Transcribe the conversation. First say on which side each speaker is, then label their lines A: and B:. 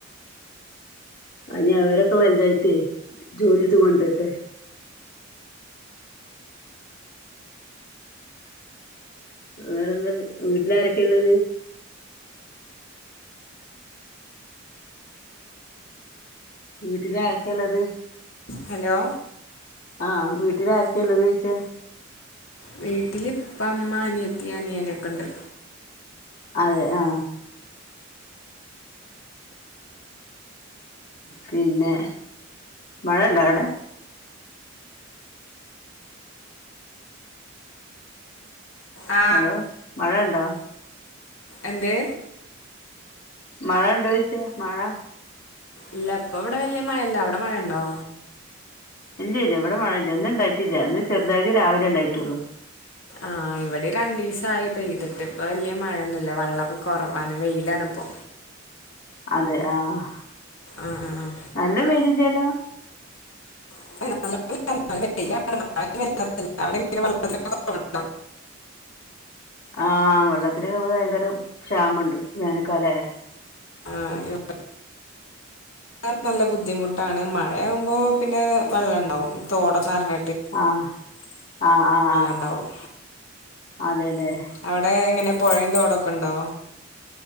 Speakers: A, on the left; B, on the left.
A: ആ ഇനി അവരൊക്കെ വലുതായിട്ടേ ജോലി എടുത്ത കൊണ്ടിരട്ടെ വേറെന്താ. വീട്ടിലാരൊക്കെയ ഉള്ളത് വീട്ടിലാരൊക്കെള്ളത്?
B: ഹലോ
A: ആഹ് വീട്ടില്ആാരൊക്കെയള്ളത് ചോയ്ച്ച
B: വീട്ടില് ഇപ്പ ഇമ്മ അനിയത്തിയനിയനൊക്ക ഉണ്ട്
A: അതെ ആ പിന്നെ. മഴയ ഉണ്ടാവിടെ.
B: ആ
A: ഹലോ. മഴയണ്ടോ.
B: എന്തേ.
A: മഴണ്ടോയിച്ച. മഴ.
B: ഇല്ല. ഇപ്പ ഇവിടെ വലിയ മഴല്ല. അവിടെ മഴ ഉണ്ടോ.
A: ഇല്ല ഇല്ല ഇവിടെ മഴയില്ല. ഇന്ന ഉണ്ടായിട്ടില്ല. ഇന്ന് ചെറുതായിട്ട് രാവിലെ ഉണ്ടായിട്ടുള്ളു.
B: ആഹ്. ഇവിടെ രണ്ടു ദിവസ ആ പെയ്തിട്ട്. ഇപ്പ വല്യ മഴയൊന്നുമല്ല. വെള്ളമൊക്കെ കുറവാണ് വെയിലാണ് ഇപ്പോ.
A: അതെ ആഹ.
B: ആ ആ ആ.
A: നല്ലം മെലിഞ്ഞിട്ടായി നു
B: അവി <unintelligible>
A: ആഹ് വെള്ളത്തില് ഭയങ്കര ക്ഷാമുണ്ട്. വേനക്കാലായ.
B: ആഹ് അ നല്ല ബുദ്ധിമുട്ടാണ്. മഴയാകുമ്പോ പിന്നെ വെള്ളം ഉണ്ടാവും. തോടൊക്കെന്നറഞ്ഞ്
A: ആഹ് ആ ആ ആഹ്
B: ഉണ്ടാവും
A: അതെലെ
B: അവിടെ എങ്ങനെ പുഴയും തോടൊക്കെ ഉണ്ടോ.